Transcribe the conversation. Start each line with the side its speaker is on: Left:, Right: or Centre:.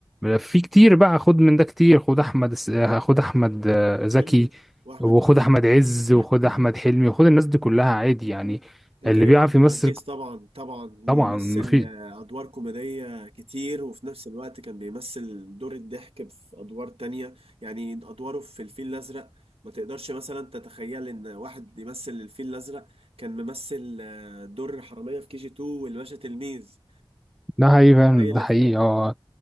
Centre: في كتير بقى خد من ده كتير خد احمد س- خد احمد آه، زكي
Right: حلمي واحمد
Centre: وخد
Right: حلمي
Centre: احمد عز
Right: <clears throat>
Centre: وخد احمد حلمي وخد الناس دي كلها عادي يعني
Right: وكريم
Centre: اللي بيعرف
Right: عبد
Centre: يمثل
Right: العزيز طبعا طبعا اللي
Centre: طبعا
Right: مثل
Centre: مفيد
Right: آه، ادوار كوميديه كتير وفي نفس الوقت كان بيمثل دور الضحك في ادوار تانية يعني ادواره في الفيل الازرق ما تقدرش مثلا تتخيل ان واحد بيمثل الفيل الازرق كان ممثل آه، دور حراميه في كي جي 2 والباشا تلميذ
Centre: ده حقيقي فعلا
Right: تخيل
Centre: ده
Right: الفرق
Centre: حقيقي اه